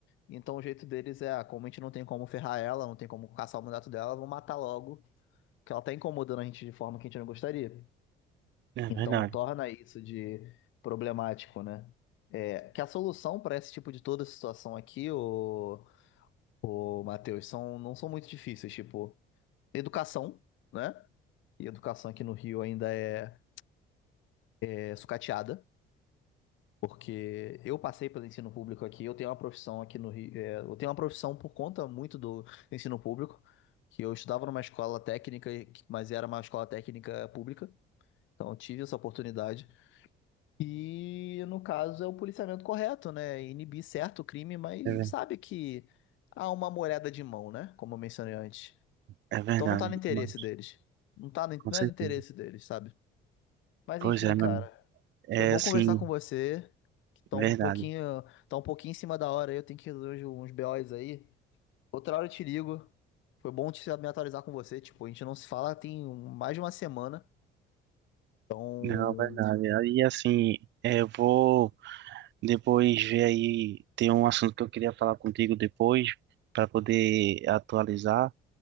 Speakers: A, on the left; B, on the right.
A: Então o jeito deles é, ah, como a gente não tem como ferrar ela, não tem como caçar o mandato dela, vão matar logo que ela tá incomodando a gente de forma que a gente não gostaria.
B: é
A: Então
B: verdade,
A: torna isso de problemático, né? É, que a solução para esse tipo de toda situação aqui, o, o Matheus, são, não são muito difíceis, tipo, educação, né? E educação aqui no Rio ainda é, é sucateada, porque eu passei pelo ensino público aqui, eu tenho uma profissão aqui no Rio, é, eu tenho uma profissão por conta muito do ensino público, que eu estudava numa escola técnica, mas era uma escola técnica pública, então eu tive essa oportunidade. E no caso é o policiamento correto, né? Inibir certo o crime, mas a
B: é verdade,
A: gente sabe que há uma moeda de mão, né? Como eu mencionei antes.
B: é verdade,
A: Então não tá no interesse
B: mas
A: deles. Não tá no,
B: com
A: não
B: certeza.
A: é do interesse deles, sabe? Mas
B: Pois
A: enfim,
B: é,
A: cara,
B: mano, é
A: foi bom
B: assim,
A: conversar com você, que tá
B: verdade.
A: um pouquinho, tá um pouquinho em cima da hora aí, eu tenho que resolver uns BOs aí. Outra hora eu te ligo. Foi bom te me atualizar com você, tipo, a gente não se fala tem um- mais de uma semana. Então,
B: Não, é verdade. Aí, assim, é, eu vou depois ver aí, tem um assunto que eu queria falar contigo depois, para poder atualizar.